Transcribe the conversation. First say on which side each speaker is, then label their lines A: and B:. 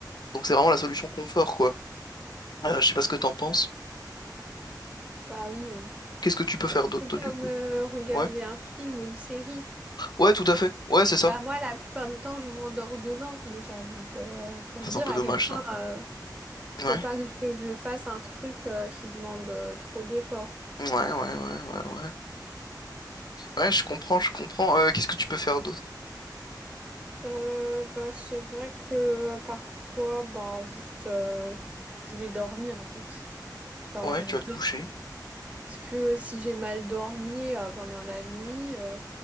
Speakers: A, on the left (about 70°); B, on the right (about 15°).
A: Donc c'est vraiment la solution confort, quoi. Euh, je sais pas ce que t'en penses.
B: Bah oui, hein.
A: Qu'est-ce que tu peux faire d'autre,
B: C'est
A: toi,
B: comme
A: du coup?
B: euh, regarder
A: Ouais.
B: un film ou une série.
A: Ouais, tout à fait. Ouais, c'est ça.
B: Bah moi, la plupart du temps, je m'endors devant déjà. Donc, euh, pour
A: Ça,
B: dire
A: C'est un peu
B: à
A: dommage,
B: quel point
A: ça.
B: euh, faut
A: Ouais.
B: pas que je, je fasse un truc euh, qui demande euh, trop d'efforts.
A: Ouais, ouais, ouais, ouais, ouais. Ouais, je comprends, je comprends. Euh, qu'est-ce que tu peux faire d'autre?
B: Euh, bah c'est vrai que euh, parfois, bah juste, euh, je vais dormir en fait. Genre,
A: Ouais,
B: je
A: tu
B: dors.
A: vas te coucher.
B: Parce que si j'ai mal dormi euh, pendant la nuit, euh,